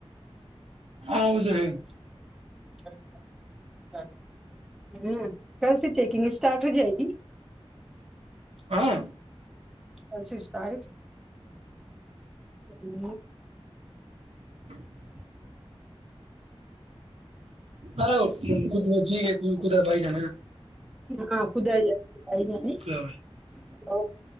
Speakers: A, on the right; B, in the centre.
A: آؤ جو ہے <unintelligible>
B: اچھا اچ <inaudible> ہ کل سے چیکنگ اسٹارٹ ہو جائے گی
A: ہاں
B: پ سسٹاری <unintelligible>
A: <inaudible> ارے ک جی کے کد بائی جان نا
B: ہاں خد ہے جائے <unintelligible> ا جانی
A: خدا بھائی
B: <unintelligible> تو <unintelligible>